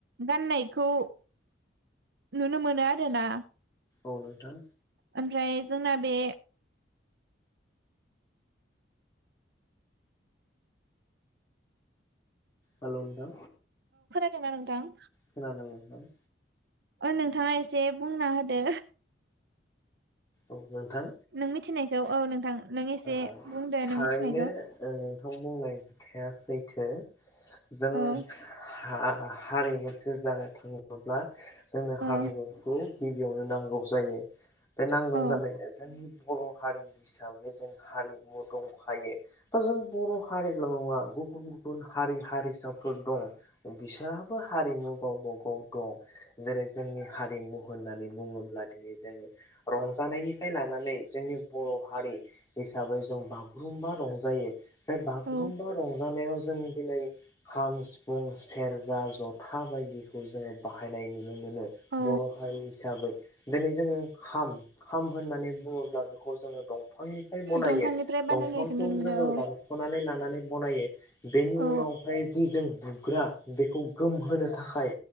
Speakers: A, on the right (about 65°); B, on the left (about 20°).
A: गाननायखौ। नुनो मोनो आरोना।
B: औ नोंथां
A: ओमफ्राय जोंना बे
B: हेल' नोंथां
A: दोंना नोंथां?
B: खोनादों नोंथां।
A: ओ- नोंथाङा एसे बुंना होदो।
B: औ नोंथां
A: नों मिथिनायखौ औ नोंथां नों एसे
B: ओ-
A: बुंदो
B: थारैनो
A: नों मिथिनायखौ
B: ओ-नोंथां बुंनाय आ सैथो। जों
A: औ
B: हा हारि मोनसे जानो थाङोब्ला जोंनो हारिमुखौ
A: औ
B: गि बेयावनो नांगौ जायो बे नांगौ
A: औ
B: जानायनो जों बर हारिनि हिसा जों हारिमु दंखायो बा जों बर हारिल नङा गुबुन गुबुन हारि हारिसाफोर दं बिसोरहाबो हारिमु गावबा गाव दं जेरै जोंनि हारिमु होननानै बुङोब्ला दिनै जोङो रंजानायनिफ्राय लानानै जोंनि बर हारि हिसाबै जों बागुरुम्बा रंजायो बे बागुरुम्बा
A: औ
B: रंजानायाव जों दिनै खाम, सिफुं, सेरजा, जथा बायदिखौ जोङो बाहायनाय नु नुनो मोनो
A: औ
B: बर हारि हिसाबै दिनै जोङो खाम खाम होननानै बुङोब्ला बेखौ जोङो दं फांनिफ्राय बनायो
A: दंफांनिफ्राय
B: दंफांखौ
A: बानायनायखौ नुनो मोनो
B: जोङो
A: औ
B: दानखनानै लाना नानै बनायो बेनि
A: औ
B: उनावहाय जि जों बुग्रा बेखौ गोमहोनो थाखाय